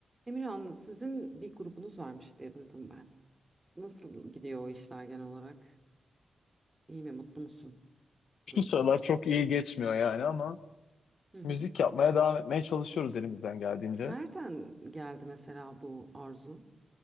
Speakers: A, on the right; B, on the left.
A: Emirhan, sizin bir grubunuz varmış diye duydum ben. Nasıl gidiyor o işler genel olarak? İyi mi, mutlu musun
B: Şu
A: grupla?
B: sıralar çok iyi geçmiyor yani ama
A: Hı hı.
B: müzik yapmaya devam etmeye çalışıyoruz elimizden geldiğince.
A: Nereden geldi mesela bu arzu?